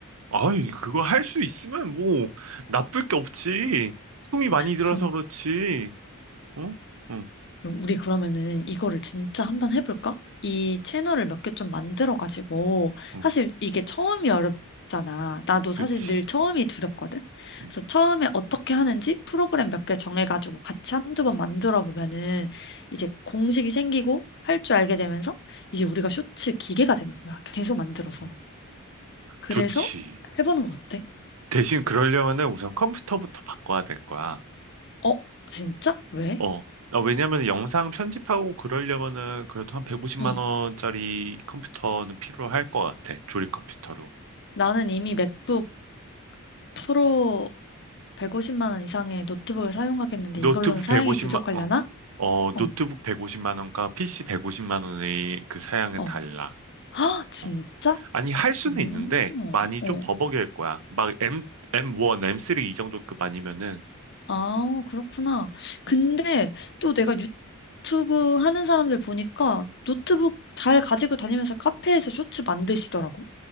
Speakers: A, on the right; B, on the left.
A: 아이, 그거 할 수 있으면 뭐, 나쁠 게 없지. 숨이 많이 들어서
B: 진짜?
A: 그렇지. 응? 응,
B: 우리 그러면은 이거를 진짜 한번 해볼까? 이 채널을 몇 개 좀 만들어가지고,
A: 응,
B: 사실 이게 처음이 어렵잖아. 나도 사실
A: 그치.
B: 늘 처음이 두렵거든?
A: 응,
B: 그래서 처음에 어떻게 하는지 프로그램 몇 개 정해가지고 같이 한두 번 만들어 보면은 이제 공식이 생기고 할 줄 알게 되면서 이제 우리가 쇼츠 기계가 되는 거야. 계속 만들어서.
A: 응.
B: 그래서
A: 좋지.
B: 해보는 거 어때?
A: 대신 그러려면은 우선 컴퓨터부터 바꿔야 될 거야.
B: 어? 진짜? 왜?
A: 어. 아, 왜냐면 영상 편집하고 그러려면은 그래도 한 150만
B: 응.
A: 원짜리 컴퓨터는 필요할 것 같아. 조립 컴퓨터로.
B: 나는 이미 맥북 프로 150만 원 이상의 노트북을 사용하겠는데
A: 노트북
B: 이걸로는 사양이
A: 150만,
B: 부족하려나?
A: 어, 어,
B: 어,
A: 노트북 150만 원과 PC 150만 원의 그 사양은
B: 어.
A: 달라.
B: 아, 진짜?
A: 어. 아니, 할 수는
B: 오,
A: 있는데 많이
B: 어.
A: 좀 버벅일 거야. 막 M, M1, M3 이 정도급 아니면은
B: 아, 그렇구나. 근데
A: 어.
B: 또 내가 유튜브 하는 사람들 보니까 노트북 잘 가지고 다니면서 카페에서 쇼츠 만드시더라고.